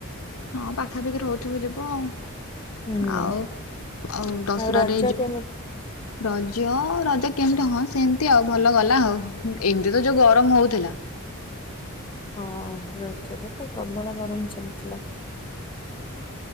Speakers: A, on the left (about 85°); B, on the left (about 25°).
A: ହଁ ପାଖାପାଖି ରହୁଥିବେ ଯିବ ଆଉ
B: ଉୁଁ
A: ଆଉ ଦଶହରାରେ
B: ଆଉ ରଜ
A: ଯିବୁ।
B: କେମିତି
A: ରଜ ରଜ କେମିତି ହଁ ସେମିତି ଆଉ ଭଲ ଗଲା ହୋଉ ଏମିତିତ ଯୋଉ ଗରମ ହଉଥିଲା।
B: ହଁ ରଜରେତ ପ୍ରବଳ ଗରମ ଚାଲିଥିଲା।